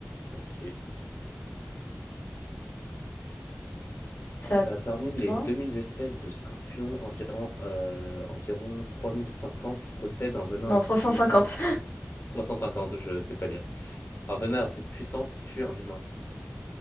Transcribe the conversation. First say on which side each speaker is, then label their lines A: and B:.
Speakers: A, on the left (about 70°); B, on the left (about 80°).
A: Ok.
B: Ça,
A: Euh, parmi les
B: toi?
A: 2000 espèces de scorpions, environ, euh, environ 3050 possèdent un venin
B: Non,
A: assez
B: 350.
A: puissant. 350, je sais pas lire. Un venin assez puissant pour tuer un humain.